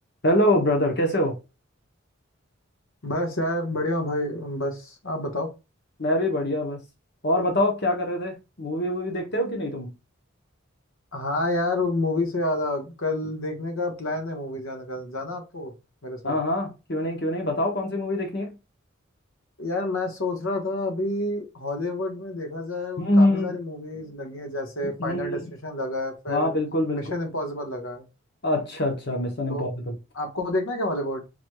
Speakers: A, on the left; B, on the left.
A: Hello brother कैसे हो
B: बस यार बढ़िया हूँ भाई बस आप बताओ
A: मैं भी बढ़िया बस और बताओ क्या कर रहे थे मूवी वूवी देखते हो कि नहीं तुम
B: हाँ यार वो मूवी से याद आ कल देखने का प्लान है मूवी जाने का जाना आपको मेरे साथ
A: हाँ हाँ क्यों नहीं क्यों नहीं बताओ कौन सी मूवी देखनी है
B: यार मैं सोच रहा था अभी हॉलीवुड में देखा जाए
A: हम्म
B: काफ़ी सारी मूवीज लगी हैं जैसे
A: हम्म,
B: फाइनल
A: हम्म,
B: डेस्टिनेशन लगा है फिर
A: हाँ बिल्कुल बिल्कुल
B: मिशन इम्पॉसिबल लगा है
A: अच्छा अच्छा मिशन
B: तो
A: इम्पॉसिबल
B: आपको देखना है क्या हॉलीवुड